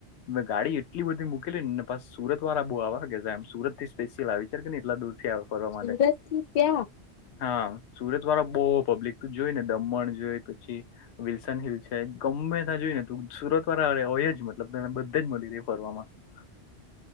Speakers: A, on the left; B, on the left.
A: મે ગાડી એટલી બધી મૂકેલી ને ને પાસ સુરત વાળા બહુ આ <unintelligible> કે એમ સુરત થી સ્પેશિયલ આવે વિચાર કે ને એટલા દૂરથી ફરવા
B: સુરત
A: માટે,
B: થી ત્યાં
A: હા સુરત વાળા બોહ પબ્લિક જોઈ ને દમણ જોઈ પછી વિલ્સન હિલ છે ગમે તા જોય ને ત સુરત વાળા આ હોય જ મતલબ તને બધે જ મળી રહે ફરવામાં <inaudible>